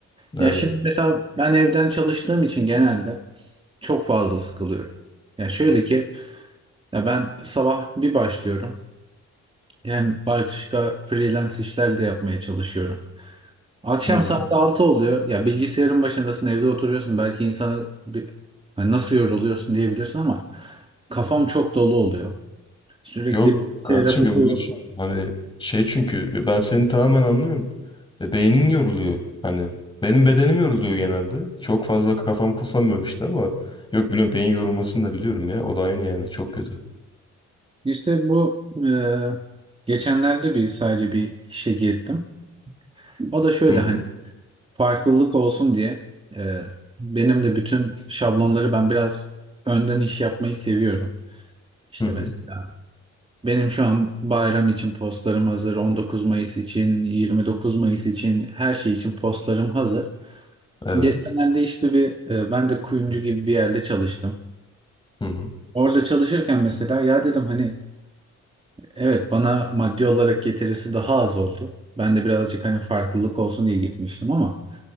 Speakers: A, on the left (about 15°); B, on the right (about 20°).
A: Evet.
B: Ya şimdi mesela ben evden çalıştığım için genelde çok fazla sıkılıyorum. Ya şöyle ki ya ben sabah bir başlıyorum. Hem başka freelance işler de yapmaya çalışıyorum. Akşam
A: Hı hı.
B: saat 6 oluyor. Ya bilgisayarın başındasın, evde oturuyorsun. Belki insana bir, hani nasıl yoruluyorsun diyebilirsin ama kafam çok dolu oluyor. Sürekli
A: Yok
B: bilgisayara
A: kardeşim
B: bakıyorum.
A: yorulursun. Hani şey çünkü ben seni tamamen anlıyorum. E, beynin yoruluyor. Hani benim bedenim yoruluyor genelde. Çok fazla kafam kullanmıyorum işte ama yok biliyorum beyin yorulmasını da biliyorum ya. O da aynı yani çok kötü.
B: İşte bu e, geçenlerde bir sadece bir işe girdim. O da şöyle
A: Hı hı.
B: hani farklılık olsun diye e, benim de bütün şablonları ben biraz önden iş yapmayı seviyorum. İşte
A: Hı hı.
B: mesela benim şu an bayram için postlarım hazır, 19 Mayıs için, 29 Mayıs için her şey için postlarım hazır.
A: Evet.
B: Geçenlerde işte bir e, ben de kuyumcu gibi bir yerde çalıştım.
A: Hı hı.
B: Orada çalışırken mesela ya dedim hani Evet bana maddi olarak getirisi daha az oldu. Ben de birazcık hani farklılık olsun diye gitmiştim ama